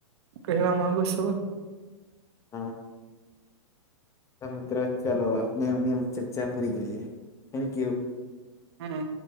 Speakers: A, on the right; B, on the left.
A: કહેવા માંગો છો?
B: હા. તો મિત્રો ચાલો આપને આ ચર્ચા પૂરી કરીએ થેન્ક યુ.
A: હમ્મ.